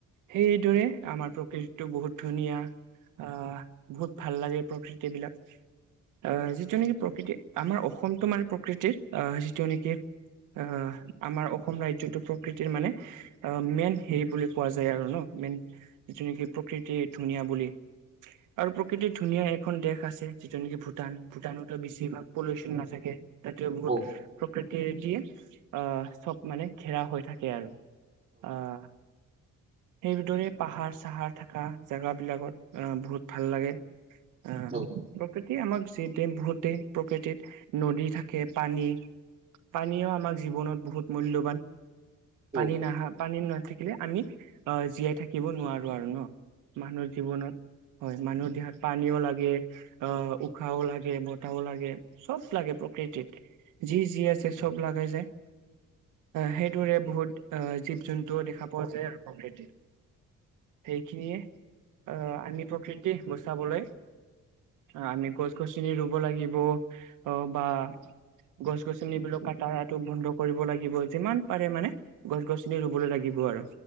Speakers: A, on the right; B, on the right.
A: সেইদৰে আমাৰ প্ৰকৃতিটো বহুত বহুত ধুনীয়া আহ বহুত ভাল লাগে প্ৰকৃতি বিলাক আহ যিটো নেকি প্ৰকৃতি আমাৰ অসমটো মানে প্ৰকৃতিৰ আহ যিটো নেকি অ আমাৰ অসম ৰাজ্যতো প্ৰকৃতিৰ মানে অ মেইন হেৰি বুলি কোৱা যায় আৰু ন মেন যিটো নেকি প্ৰকৃতিৰ ধুনীয়া বুলি আৰু প্ৰকৃতিৰ ধুনীয়া এখন দেশ আছে যিটো নেকি ভূটান ভূটানতো বেছিভাগ পলিউশন নাথাকে ততে বহুত
B: অ',
A: প্ৰকৃতি দিয়ে আহ চব মানে ঘেৰা হৈ থাকে আৰু আহ সেইদৰে পাহাৰ চাহাৰ থকা জেগা বিলাকত আহ বহুত ভাল লাগে আহ
B: অ', অ', অ',
A: প্ৰকৃতিয়ে আমাক যি দিয়ে বহুত দিয়ে প্ৰকৃতিত নদী থাকে পানী পানীও আমাৰ জীৱনত বহুত মুল্যবান পানী
B: অ', অ',
A: নাহা পানী নাথাকিলে আমি অ জীয়াই থাকিব নোৱাৰো আৰু ন মানুহৰ জীৱনত হয় মানুহ দেহাত পানীও লাগে, অ উশাহও লাগে, বতাহও লাগে চব লাগে প্ৰকৃতিত যি যি আছে চব লাগাই যায় সেইদৰে বহুত আহ জীৱ- জন্তু দেখা পোৱা যায় আৰু প্ৰকৃতিত সেইখিনিয়ে আহ আমি প্ৰকৃতি বচাবলৈ অ আমি গছ গছনি ৰুব লাগিব অ বা গছ-গছনি বো কটাটো বন্ধ কৰিব লাগিব যিমান পাৰে মানে গছ-গছনি ৰুবলে লাগিব আৰু